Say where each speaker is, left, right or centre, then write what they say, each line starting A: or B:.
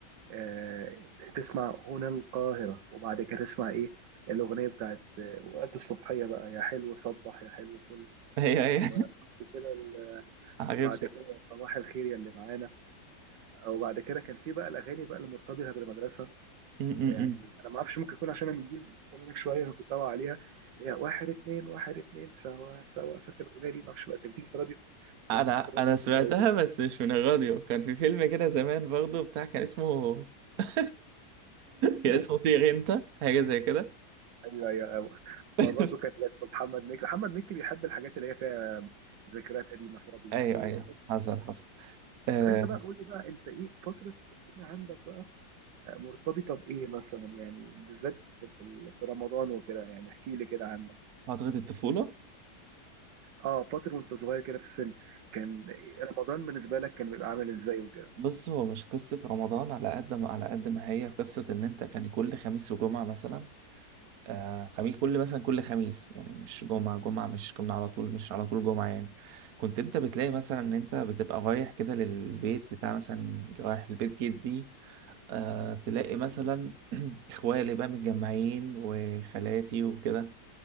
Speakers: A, on the right (about 85°); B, on the right (about 65°).
A: آه تسمع هنا القاهره وبعد كده تسمع ايه الاغنيه بتاعت آه، وقت الصبحيه بقى يا حلو صبح يا حلو فل
B: <laughs> هي
A: وبعد
B: هي
A: كده ال-
B: <laughs>
A: وبعد
B: عارف
A: كده صباح الخير يا اللي معانا وبعد كده كان في بقى الاغاني بقى المرتبطه بالمدرسه
B: م- م-
A: يعني
B: م.
A: انا ما اعرفش ممكن يكون عشان انا من جيل اكبر منك شويه كنت داوي عليها اللي هي واحد اتنين واحد اتنين سوا سوا فاكر الاغنيه دي ما اعرفش بقى كانت بتيجي في الراديو كانت
B: انا
A: بتيجي في الراديو
B: انا
A: كتير
B: سمعتها
A: قوي
B: بس مش من الراديو كان في فيلم كده زمان برضو بتاع كان اسمه <laughs> كان
A: <laughs>
B: اسمه طير انت حاجه زي كده
A: ايوه ايوه أيوة.
B: <laughs>
A: برضه كان محمد مكي محمد مكي بيحب الحاجات اللي هي فيها ذكريات قديمه فهو بيحب
B: ايوه
A: يوظف
B: ايوه حصل حصل آه
A: طب انت بقى قول لي بقى انت ايه فتره الطفوله عندك بقى مرتبطه بايه مثلا يعني بالذات في في- في رمضان وكده يعني احكي لي كده عنك
B: فتره الطفوله
A: اه فتره وانت صغير كده في السن كان رمضان بالنسبه لك كان بيبقى عامل ازاي وكده
B: بص هو مش قصة رمضان على قد ما على قد ما هي قصة إن أنت كان كل خميس وجمعة مثلا آه خميس كل مثلا كل خميس يعني مش جمعة جمعة مش كنا على طول مش على طول جمعة يعني كنت أنت بتلاقي مثلا إن أنت بتبقى رايح كده للبيت بتاع مثلا رايح لبيت جدي آه تلاقي مثلا إخوالي اللي بقى متجمعين وخالاتي وكده